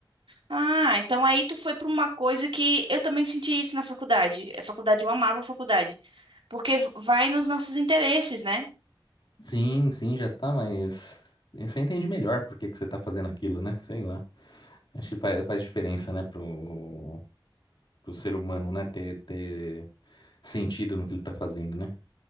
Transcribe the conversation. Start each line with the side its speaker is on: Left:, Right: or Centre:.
Right: Ah, então aí tu foi para uma coisa que eu também senti isso na faculdade. A faculdade, eu amava a faculdade, porque vai nos nossos interesses, né?
Left: Sim, sim, já tá, mas você entende melhor por que que você tá fazendo aquilo, né? Sei lá. Acho que faz, faz diferença, né, pro, pro ser humano, né, ter, ter sentido no que ele tá fazendo, né?